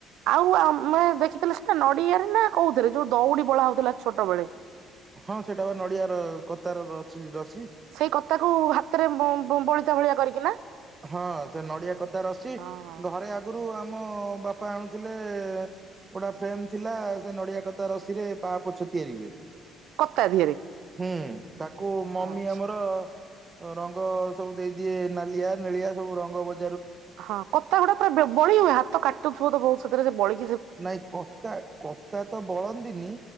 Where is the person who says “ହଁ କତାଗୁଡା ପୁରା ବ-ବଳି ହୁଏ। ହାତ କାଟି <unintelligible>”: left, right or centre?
Right